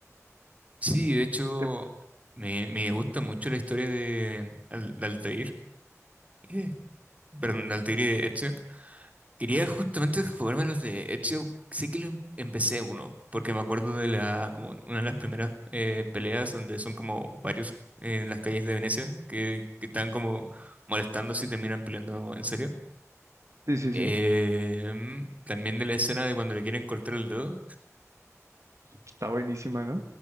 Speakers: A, on the right; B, on the right.
A: Sí, de hecho,
B: ¿Qué te-
A: me, me gusta mucho la historia de, Al- de Altair, eh, perdón, de Altair y de Ezio. Quería justamente jugarme los de Ezio, sí que los em- empecé uno, porque me acuerdo de la, como una de las primeras eh, peleas donde son como varios en las calles de Venecia que, que están como molestando si terminan peleando en serio.
B: Sí, sí,
A: Em,
B: sí.
A: también de la escena de cuando le quieren cortar el dedo.
B: Está buenísima, ¿no?